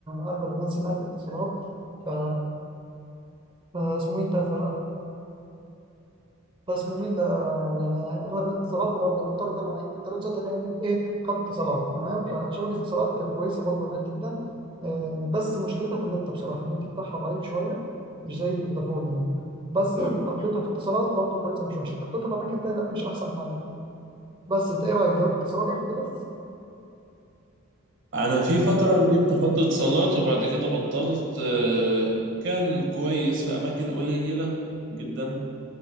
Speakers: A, on the right (about 25°); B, on the right (about 65°).
A: اغلب الناس هناك اتصالات ف فاسمه ايه ده ف بس مؤمن ده يعني اغلب الاتصالات في الرابطه مضطر دايما اضطريت ساعتها ان انا اجيب ايه خط اتصالات تمام فشبكه اتصالات كانت كويسه برضو هناك جدا آه، بس مشكلتها في النت بصراحه النت بتاعها ضعيف شويه مش زي فودافون يعني بس <coughs> تخطيطها في اتصالات برضو كويسه مش وحشه تخطيطها في اماكن تانيه لا مش احسن حاجه بس انت ايه رايك جربت اتصالات قبل كده؟
B: انا في فترة جبت خط اتصالات وبعد كده بطلت آه، كان كويس في اماكن قليلة جدا